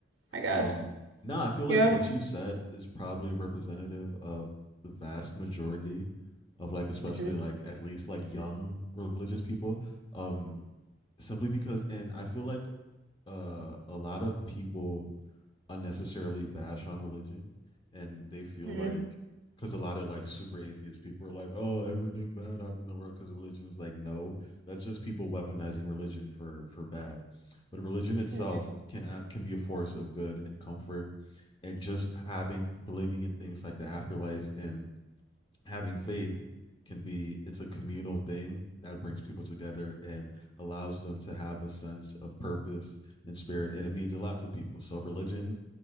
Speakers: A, on the right; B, on the left.
A: I guess.
B: Um, nah, I feel
A: You
B: like
A: know?
B: what you said is probably representative of the vast majority of like, especially
A: hmm
B: like at least like young religious people. Um, simply because, and I feel like uh, a lot of people unnecessarily bash on religion, and they feel
A: hmm
B: like because a lot of like super atheist people are like, oh, everything bad happened in the world because of religion. Is like, no, that's just people weaponizing religion for for bad. But religion itself
A: Yeah.
B: can can be a force of good and comfort, and just having believing in things like the afterlife and having faith can be it's a communal thing that brings people together and allows them to have a sense of purpose and spirit and it means a lot to people so religion